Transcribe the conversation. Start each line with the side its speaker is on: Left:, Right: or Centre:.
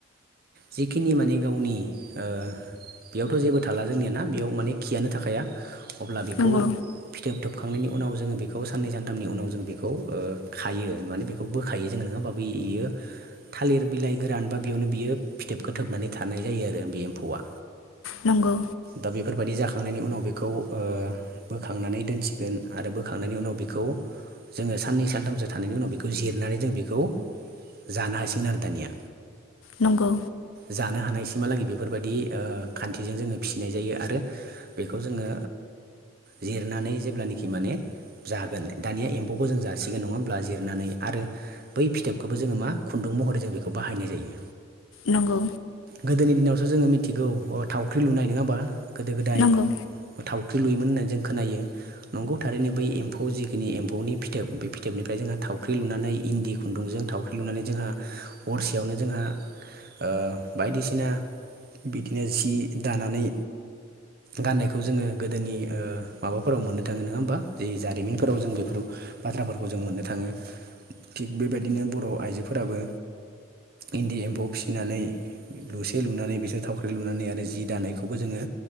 Right: जेखिनि माने गावनि बेयावथ' जेबो थाला जोंनियाना बेयाव माने खियानो थाखाया अब्ला बेखौ
Left: नंगौ
Right: फिथोब थोबखांनायनि उनाव जोङो बेखौ साननै -सानथामनि उनाव जों बेखौ खायो माने बेखौ बोखायो जोङो होमबा बै बियो थालिर बिलाइ गोरान बा बेयावनो बियो फिथोबखौ थोबनानै थानाय जायो आरो बे एम्फौआ।
Left: नंगौ
Right: दा बेफोरबायदि जाखां बोखांनायनि उनाव बेखौ बोखांनानै दोनसिगोन आरो बोखांनायनि उनाव बेखौ जोङो साननै -सानथामसो थानायनि उनाव बेखौ जिरनानै जों बेखौ जानो हासिगोन आरो दानिया।
Left: नंगौ
Right: जानो हानायसिमहालागै बे बेफोरबायदि खान्थिजों जोङो फिसिनाय जायो आरो बेखौ जोङो जिरनानै जेब्लानाखि माने जागोन दानिया एम्फौखौ जों जासिगोन नङा होमब्ला जिरनानै आरो बै फिथोबखौबो जोङो मा खुन्दुं महरै जों बेखौ बाहायनाय जायो।
Left: नंगौ
Right: गोदोनि दिनावसो जोङो मिथि मिथिगौ अ थावख्रि लुनाय नङा होमबा? गोदो- गोदाय
Left: नंगौ
Right: थावख्रि लुयोमोन होननानै जों खोनायो नंगौ थारैनो बै एम्फौ जिखिनि एम्फौनि फिथोब बे फिथोबनिफ्राय जोंहा थाव ख्रि लुनानै इन्दि खुन्दुंजों थावख्रि लुनानै जोंहा हरसेयावनो जोंहा ओ बायदिसिना बिदिनो सि दानानै गाननायखौ जोङो गोदोनि ओ माबाफोराव मोननो थाङो नङा होमबा जि जारिमिनफोराव जों बेफोर बाथ्राफोरखौ जों मोननो थाङो। थिग बेबायदिनो बर' आइजोफोराबो इन्दि एम्फौ फिसिनानै लुसे लुनानै बिसोर थावख्रि लुनानै आरो जि दानायखौबो जोङो